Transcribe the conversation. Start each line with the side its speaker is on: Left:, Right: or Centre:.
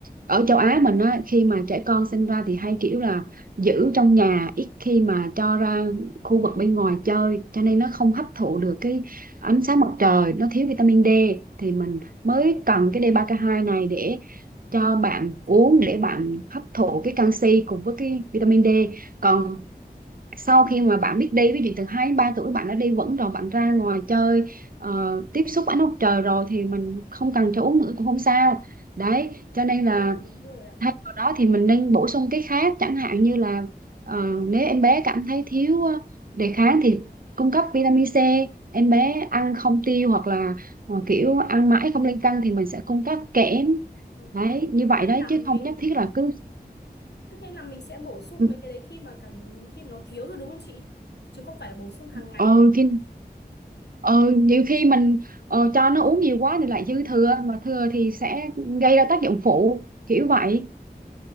Right: ở châu Á mình á khi mà trẻ con sinh ra thì hay kiểu là giữ trong nhà ít khi mà cho ra khu vực bên ngoài chơi cho nên nó không hấp thụ được cái ánh sáng mặt trời nó thiếu vitamin D thì mình mới cần cái D3K2 này để cho bạn uống để bạn hấp thụ cái canxi cùng với cái vitamin D còn sau khi mà bạn biết đi ví dụ từ 2 đến 3 tuổi bạn đã đi vẫn rồi bạn ra ngoài chơi ờ, tiếp xúc ánh mặt trời rồi thì mình không cần cho uống nữa cũng không sao đấy cho nên là
Left: vâng đúng rồi ạ
Right: thay vào đó thì mình nên bổ sung cái khác chẳng hạn như là ờ, nếu em bé cảm thấy thiếu ờ, đề kháng thì cung cấp vitamin C em bé ăn không tiêu hoặc là ờ, kiểu ăn mãi không lên cân thì mình sẽ cung cấp kẽm
Left: Ừ.
Right: đấy như vậy
Left: Tức nghĩa
Right: đấy
Left: là
Right: chứ
Left: mình
Right: không nhất thiết là cứ
Left: tức nghĩa là mình sẽ bổ sung
Right: ừ,
Left: mấy cái đấy khi mà cảm khi nó thiếu rồi đúng không chị? Chứ không phải bổ sung hàng ngày
Right: ờ, khi ờ, nhiều khi mình ờ, cho nó uống nhiều quá thì lại dư thừa mà thừa thì sẽ gây ra tác dụng phụ kiểu vậy